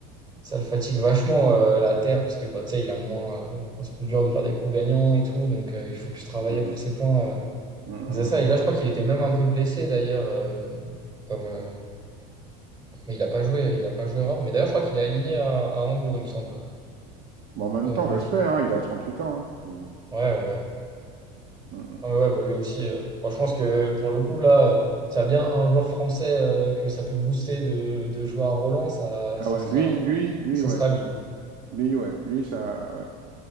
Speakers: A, on the right; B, on the right.
A: ça le fatigue vachement euh, la Terre parce que bah tu sais il a moins euh, c'est plus dur de faire des coups gagnants et tout donc euh, il faut plus travailler
B: Mm,
A: pour ses points euh.
B: mm, mm,
A: Il disait ça
B: mm,
A: et
B: mm.
A: là je crois qu'il était même un peu blessé d'ailleurs euh, comme euh, Mais il n'a pas joué, il a pas joué à Rome. Mais d'ailleurs, je crois qu'il est aligné à, à Hambourg, il me semble.
B: Bon, en même
A: Euh,
B: temps,
A: Monti.
B: respect, hein, il a trente huit ans. hein. Bon.
A: Ouais, ouais, ouais.
B: Mm, mm.
A: Non, mais ouais, bah, lui aussi. euh, bon, je pense que pour le coup, là, euh, s'il y a bien un joueur français euh, que ça peut booster de, de jouer à Roland, ça,
B: Ah
A: ce
B: ouais,
A: sera,
B: lui, lui, lui,
A: ce
B: ouais.
A: sera lui.
B: Lui, ouais. Lui, ça, ouais.